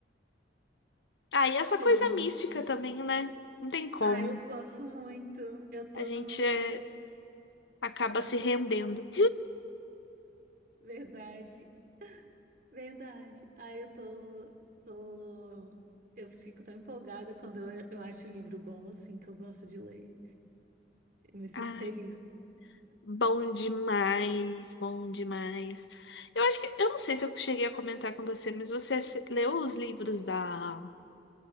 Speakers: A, on the left (about 75°); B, on the right (about 50°).
A: Ah, e essa
B: show.
A: coisa mística também, né? Não tem como.
B: Ah, eu gosto muito. Eu tô
A: A gente
B: no,
A: eh,
B: no
A: acaba
B: eu tô
A: se
B: um pouco.
A: rendendo.
B: Verdade, verdade. Ah, eu tô, tô. Eu fico tão empolgada quando eu, eu acho um livro bom, assim, que eu gosto de ler. Eu me sinto
A: Ai,
B: feliz.
A: bom demais, bom demais. Eu acho que, eu não sei se eu cheguei a comentar com você, mas você se- leu os livros da